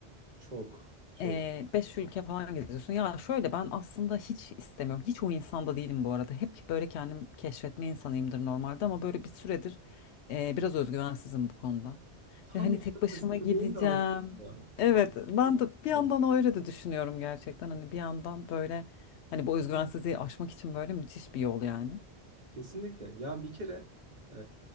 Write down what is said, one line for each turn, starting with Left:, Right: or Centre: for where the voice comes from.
Right: Çok çok.
Left: Ee, beş ülke falan geziyorsun. Ya şöyle ben aslında hiç istemiyorum. Hiç o insanda değilim bu arada. Hep böyle kendim keşfetme insanıyımdır normalde ama böyle bir süredir e, biraz özgüvensizim bu konuda.
Right: Tam
Left: Ve hani
Right: işte
Left: tek başıma
Right: fırsatı
Left: gideceğim.
Right: değil mi aslında?
Left: Evet
Right: Tam
Left: ben
Right: fırsatı
Left: de bir
Right: değil
Left: yandan
Right: mi?
Left: öyle de düşünüyorum gerçekten. Hani bir yandan böyle hani bu özgüvensizliği aşmak için böyle müthiş bir yol yani.
Right: Kesinlikle. Ya bir kere e,